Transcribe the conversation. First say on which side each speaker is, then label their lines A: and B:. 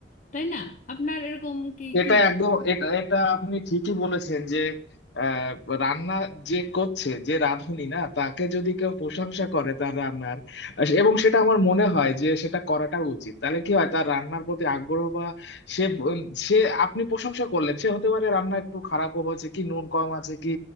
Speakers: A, on the left (about 40°); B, on the left (about 70°).
A: তাই না আপনার এরকম কি
B: এটা
A: কি
B: একদম এটা এটা আপনি ঠিকই বলেছেন যে আহ, রান্না যে করছে যে রাঁধুনি না তাকে যদি কেউ প্রশংসা করে তার রান্নার এবং সেটা আমার মনে হয় যে সেটা করাটা উচিত তাহলে কি হয় তার রান্নার প্রতি আগ্রহ বা সে ব- সে আপনি প্রশংসা করলেন সে হতে পারে রান্না একটু খারাপও হয়েছে কি নুন কম আছে কি